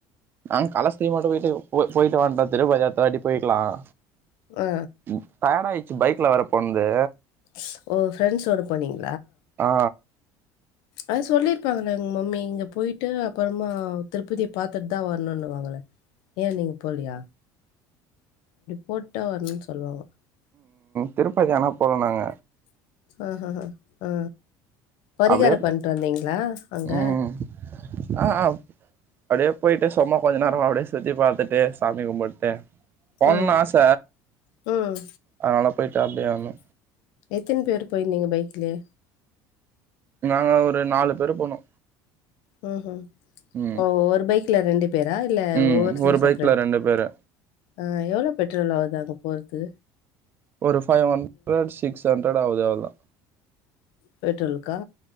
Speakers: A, on the right (about 25°); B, on the left (about 65°).
A: நாங் காலஸ்திரீ மட்டு வீட்டுக்க போய்ட்டு வீட்டு போயிட்டு வண்டோம் திருப்பதி அடுத்த வாட்டி போயக்கலாம்
B: ஆ
A: ம் டடாயிடுச்சு பைக்ல வேற போன்து
B: ஸ் ஓ ப்ரெண்ட்ஸ் ஒ ட போனீங்
A: ஆ
B: அது சொல்லிருப்பாங்களே ங்க மம்மி இங்க போயிட்டு அப்றமா திருப்பதிய பாத்துட்டு தா வரணும்னு‌ வாங்களே ஏ நீங்க போலியா போட்டோ வரணுனு சொல்லுவாங்க
A: திருப்பதிதா ஆனா போனுனாங்க
B: ஆ ஆ அ ஆ பரிகார
A: அப்டியே
B: பண்ட்டு வந்தீங்ளா அங்க
A: ம் ஆ அப்டியே போயிட்டு சும்மா கொஞ்ச நேர அப்டிய சுத்தி பாத்துட்டு சாமி கும்புட்டு போனுன்
B: ம்
A: ஆச
B: ம் ம்
A: அனால போயிட்டு அப்டியே வந்தோ
B: எத்தின் பேர் போயிருந்தீங்க பைக்லயே
A: நாங்க ஒரு நாலு பேரு போனோ
B: ம்ஹ்ம்
A: ம்
B: ஓ ஒரு பைக்ல ரெண்டு பேரா இல்ல
A: ம்
B: ஒவ்வொருசு
A: ஒரு
B: செப்ரேட்
A: பைக்ல ரெண்டு பேரு
B: ஆ எவளோ பெட்ரோல் ஆகுது அது போறத்துக்கு
A: ஒரு ஃபைவ் ஹண்ரட் சிக்ஸ் ஹண்ரட் ஆவுது அவள்தா
B: பெட்ரோலுக்கா